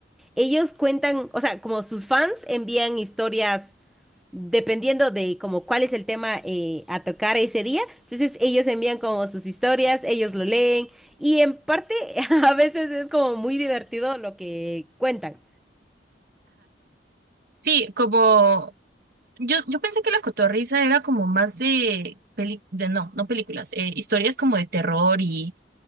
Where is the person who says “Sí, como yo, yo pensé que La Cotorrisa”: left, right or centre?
Right